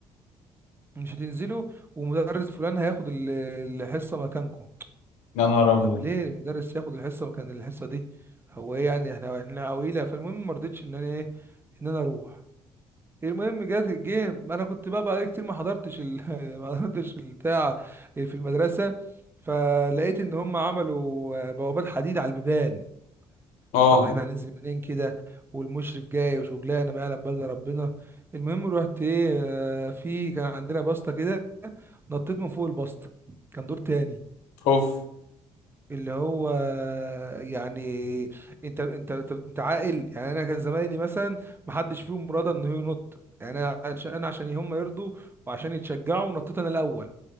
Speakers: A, on the right (about 20°); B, on the left (about 70°).
A: مش هتنزلوا ومدرس فلان هياخد ال- الحصه مكانكم
B: يا نهار ابيض
A: طب ليه المدرس ياخد الحصه مكان الحصه دي هو ايه يعني احنا احنا عويله فالمهم ما رضيتش ان انا ايه ان انا اروح المهم جات جه انا كنت بقى بقالي كتير ما حضرتش ال... <laughs> ما حضرتش البتاع في المدرسه فلقيت ان هم عملوا بوابات حديد على البيبان
B: اه
A: طب احنا هننزل منين كده والمشرف جاي وشغلانه ما يعلم بل ربنا المهم رحت ايه آه، في كان عندنا بسطه كده نطيت من فوق البسطه كان دور تاني
B: اوف
A: اللي هو آه، يعني انت انت انت انت عاقل يعني انا كان زمايلي مثلا ما حدش فيهم راضى انه ينط يعني انا عشان انا عشان هم يرضوا وعشان يتشجعوا نطيت انا الاول